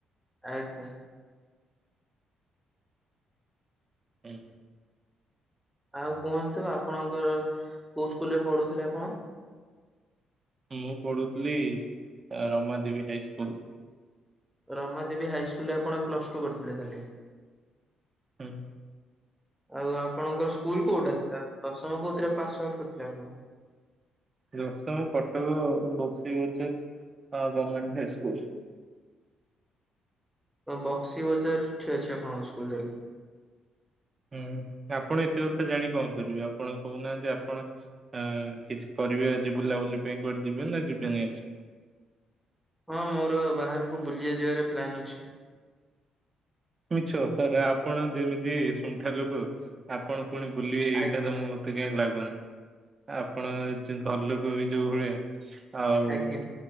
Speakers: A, in the centre; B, on the right (about 35°).
A: ଆଜ୍ଞା।
B: ହୁଁ।
A: ଆଉ କୁହନ୍ତୁ ଆପଣଙ୍କର କୋଉ ସ୍କୁଲରେ ପଢୁଥିଲେ ଆପଣ।
B: ମୁଁ ପଢୁଥିଲି ରମାଦବୀ ହାଇ ସ୍କୁଲ।
A: ରମାଦେବୀ ହାଇସ୍କୁଲରେ ଆପଣ ପ୍ଲସ ଟୁ କରିଥିଲେ ତାହଲେ।
B: ହୁଁ।
A: ଆଉ ଆପଣଙ୍କର ସ୍କୁଲ କୋଉଟା ଥିଲା ଦଶମ କୋଉଥିରେ ପାସ୍ ଆଉଟ କରିଥିଲେ ଆପଣ।
B: ଦଶମ କଟକ ବକ୍ସି ବଜାର ଗଭମେଣ୍ଟ ହାଇସ୍କୁଲ।
A: ବକ୍ସି ବଜାର ଟି ଅଛି ଆପଣଙ୍କ ସ୍କୁଲଟା ତା ହେଲେ।
B: ହୁଁ ଆପଣ ଏତେ କଥା ଜାଣି କଣ କରିବେ ଆପଣ କହୁନାହାନ୍ତି ଆପଣ ଆଁ କିଛି କରିବେ ଆଜି ବୁଲାବୁଲି ପାଇଁ କୁଆଡେ ଯିବେ ନା ଯିବେନି ଆଜି।
A: ହଁ ମୋର ବାହାରକୁ ବୁଲିିବା ଯିବାର ପ୍ଲାନ ଅଛି।
B: ମିଛ କଥା ଆପଣ ଯେମିତି ସୁଣ୍ଠା ଲୋକ ଆପଣ ପୁଣି ବୁଲିବେ ଏଇଟା
A: ଆଜ୍ଞା
B: ତ ମୁଁ ମତେ କାହିଁ ଲାଗୁନି ଆପଣ ଘର ଲୋକ ବି ଯୋଉ ଭଳିଆ। ଆଉ
A: ଆଜ୍ଞା